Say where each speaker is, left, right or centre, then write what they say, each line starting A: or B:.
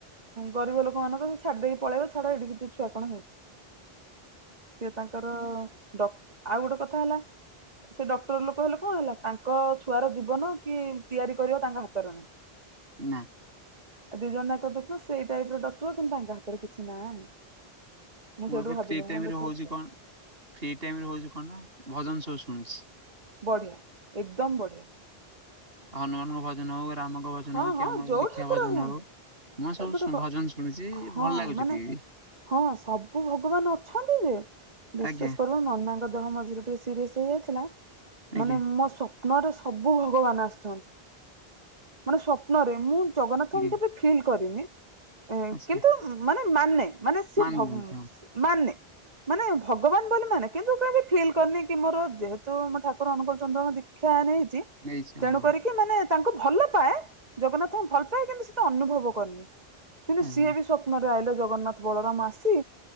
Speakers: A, on the right; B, on the right.
A: ଗରିବ ଲୋକ ମାନେ ଙ୍କର ସେ ଛାଡି ଦେଇକି ପଳେଇବେ ଛାଡ ଏଇଡି କିଛି ଛୁଆ କଣ ହେଇଛି। ସେ ତାଙ୍କର ଡ ଆଉ ଗୋଟେ କଥା ହେଲା ସେ ଡକ୍ଟର ଲୋକ ହେଲେ କଣ ହେଲା ତାଙ୍କ ଛୁଆର ଜୀବନ କି ତିଆରି କରିବା ତାଙ୍କ ହାତରେ ନାହିଁ।
B: ନା।
A: ଦି ଜଣ ଯାଙ୍କ ଦେଖୁନ ସେଇ ଟାଇପ୍ ର ଡକ୍ଟର କିନ୍ତୁ ତାଙ୍କ ହାତରେ କିଛି ନାହିଁ।
B: ମୁଁ
A: ସେଇଠୁ
B: ଏବେ
A: ଭାବିଲି
B: ଫ୍ରୀ
A: ମୁଁ
B: ଟାଇମ୍
A: କହିଲି
B: ରେ
A: ଦେଖ
B: ହଉଛି କଣ ଫ୍ରି ଟାଇମ୍ ରେ ହଉଛି କଣ ନା ଭଜନ ସବୁ ଶୁଣୁଛି।
A: ବଢ଼ିଆ ଏକଦମ୍ ବଢ଼ିଆ।
B: ହନୁମାନଙ୍କ ଭଜନ ହଉ ରାମଙ୍କ ଭଜନ
A: ହଁ
B: ହଉ କି
A: ହଁ
B: ଆମର
A: ଯୋଉ
B: ଦୀକ୍ଷା
A: ଠାକୁର
B: ଭଜନ
A: ହୁଅନ୍ତୁ
B: ହଉ। ମୁଁ ସବୁ
A: ଏ ଗୋଟେ
B: ଶୁ
A: କ
B: ଭଜନ ଶୁଣିଛି
A: ହଁ
B: ଭଲ ଲାଗୁଛି
A: ମାନେ
B: ଟିକେ ବି।
A: ହଁ ସବୁ ଭଗବାନ ଅଛନ୍ତି ଯେ ବିଶ୍ଵାସ
B: ଆଜ୍ଞା
A: କର ନନାଙ୍କ ଦେହ ମଝିରେ ସିରିଏସ୍ ହେଇଯାଇଥିଲା
B: ଆଜ୍ଞା
A: ମାନେ ମୋ ସପ୍ନରେ ସବୁ ଭଗବାନ ଆସିଛନ୍ତି। ମାନେ ସ୍ୱପ୍ନରେ ମୁଁ ଜଗନ୍ନାଥଙ୍କୁ
B: ଆଜ୍ଞା
A: କେବେ ଫିଲ୍ କରିନି
B: ଆଚ୍ଛା
A: କିନ୍ତୁ ମାନେ ମାନେ ମାନେ ସିଏ
B: ମାନ
A: ଭ
B: ମଧ୍ୟ
A: ସି ମାନେ ମାନେ ଭଗବାନ ବୋଲି ମାନେ କିନ୍ତୁ <unintelligible> ଫିଲ୍ କରିନି କି ମୋର ଯେହେତୁ ମୋ ଠାକୁର ଅନୁକୋଳ ଚନ୍ଦ୍ରଙ୍କ ଦି କ୍ଷା ନେଇଛି
B: ନେଇଛି ହଁ
A: ତେଣୁ କରିକି ମାନେ ତାଙ୍କୁ ଭଲ ପାଏ ଜଗନ୍ନାଥଙ୍କୁ ଭଲ ପାଏ କିନ୍ତୁ ସେ ତ ଅନୁଭବ କରିନି କିନ୍ତୁ
B: ଆଜ୍ଞା
A: ସିଏ ବି ସ୍ଵ ପ୍ନ ରେ ଆଇଲେ ଜଗନ୍ନାଥ ବଳରାମ୍ ଆସି